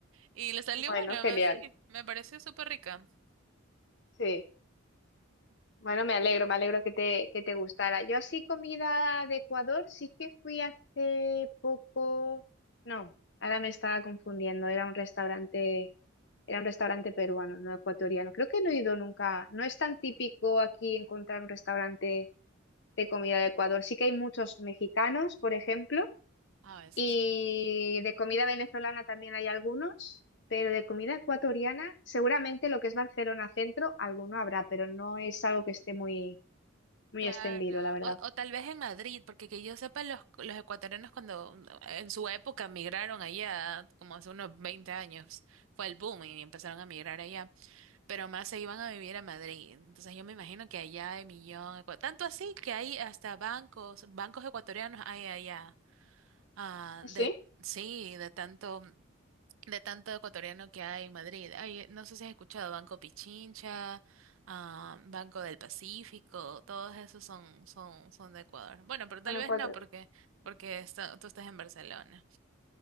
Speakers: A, on the right; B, on the left.
A: Y le salió
B: bueno,
A: bueno,
B: genial,
A: me- sí, me pareció súper rica.
B: sí. Bueno, me alegro, me alegro que te, que te gustara. Yo así comida de Ecuador sí que fui hace poco. No, ahora me estaba confundiendo. Era un restaurante, era un restaurante peruano, no ecuatoriano. Creo que no he ido nunca. No es tan típico aquí encontrar un restaurante de comida de Ecuador. Sí que hay muchos mexicanos, por ejemplo,
A: Ah, eso
B: y
A: sí.
B: de comida venezolana también hay algunos. Pero de comida ecuatoriana, seguramente lo que es Barcelona Centro, alguno habrá, pero no es algo que esté muy, muy
A: Claro.
B: extendido, la verdad.
A: O, o tal vez en Madrid, porque que yo sepa, los, los ecuatorianos cuando mm, en su época migraron allá, como hace unos 20 años, fue el boom y empezaron a migrar allá. pero más se iban a vivir a Madrid. Entonces yo me imagino que allá hay millón, de cua- tanto así que hay hasta bancos, bancos ecuatorianos hay allá, ah, de,
B: ¿Sí?
A: sí, de tanto, de tanto ecuatoriano que hay en Madrid. Hay, no sé si has escuchado Banco Pichincha, ah, Banco del Pacífico, todos esos son, son, son de Ecuador. Bueno, pero tal
B: En
A: vez
B: el cuatro.
A: no, porque, porque está- tú estás en Barcelona.